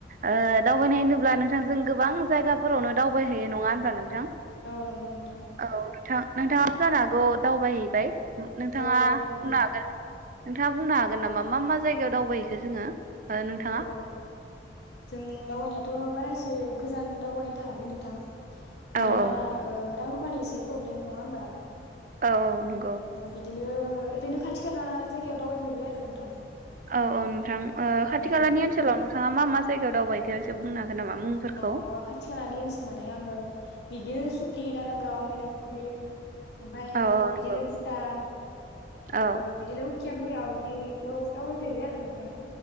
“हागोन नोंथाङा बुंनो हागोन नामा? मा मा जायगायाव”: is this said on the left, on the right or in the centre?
Right